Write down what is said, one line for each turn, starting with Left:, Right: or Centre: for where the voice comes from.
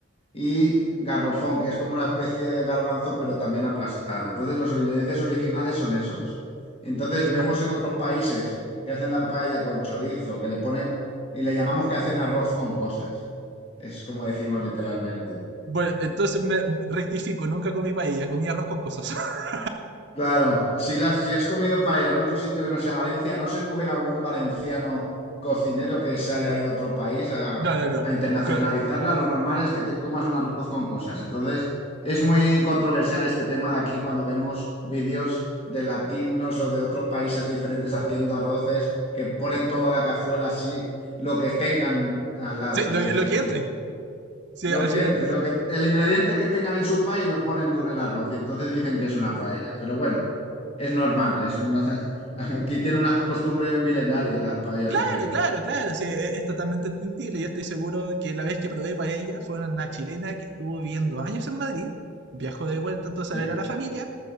Left: y garrofón, que es como una especie de garbanzo, pero también aplastado. Entonces, los ingredientes originales son esos. Entonces,
Right: te-
Left: vemos
Right: bueno,
Left: en otros países que hacen la paella con chorizo, que le ponen y le llamamos que hacen arroz con cosas. Es como decimos literalmente.
Right: bueno, entonces me rectifico, nunca comí paella, comí arroz con cosas. <laughs>
Left: Claro, si, las, si has comido paella en otro sitio que no sea Valencia, a no ser que hubiera algún valenciano cocinero que se haya ido a otro país a,
Right: No, no, no.
Left: a internacionalizarla,
Right: Co-
Left: lo normal es que te comas un arroz con cosas. Entonces, es muy controversial este tema de aquí cuando vemos vídeos de latinos o de otros países diferentes haciendo arroces que ponen toda la cazuela así, lo que tengan al lado.
Right: Sí, lo,
Left: Es decir,
Right: lo que
Left: lo-
Right: entre. Sí,
Left: lo
Right: al
Left: que
Right: final,
Left: entre, lo que, Bueno, el ingrediente que tengan en su país lo ponen con el arroz y entonces dicen que es una paella. Pero bueno, es normal, es una, <laughs> aquí tiene unas costumbres milenarias las paellas
Right: Claro,
Left: aquí.
Right: claro, claro, sí, es, es totalmente entendible. Yo estoy seguro que la vez que probé paella fue una chilena que estuvo viviendo años en Madrid, viajó de vuelta entonces
Left: Sí,
Right: a ver a la familia